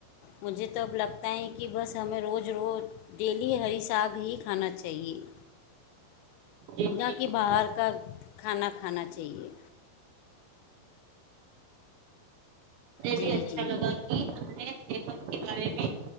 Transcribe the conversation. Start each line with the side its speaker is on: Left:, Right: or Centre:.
Left: مجھے تو اب لگتا ہے کہ بس ہمیں روز روز ڈیلی ہری ساگ ہی کھانا چاہیے چاہ
Right: جی
Left: نہ
Right: جی
Left: کہ
Right: بالکل
Left: باہر کا کھانا کھانا چاہیے
Right: مے
Left: جی
Right: بھی اچھا
Left: جی
Right: لگا کہ ہم نےمت کے بارے میں